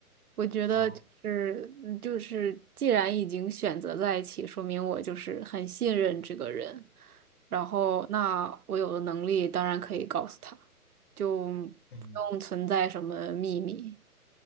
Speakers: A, on the right (about 70°); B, on the left (about 40°).
A: 我觉得就是嗯就是，
B: 哦，
A: 既然已经选择在一起，说明我就是很信任这个人。然后，那我有的能力当然可以告诉他，就
B: 可以。
A: 不用存在什么秘密，